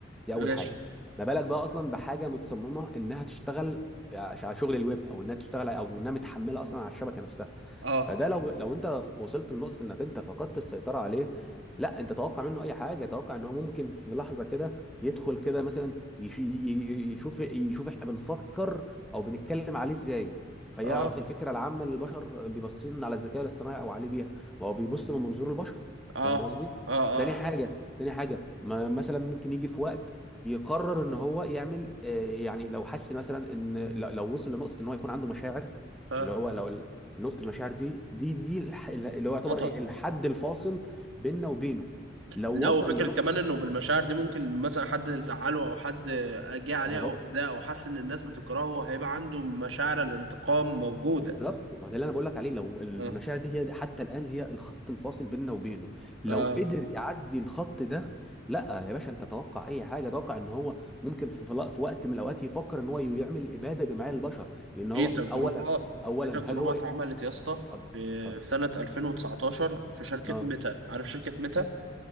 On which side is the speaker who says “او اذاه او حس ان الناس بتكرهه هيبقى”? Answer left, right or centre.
Right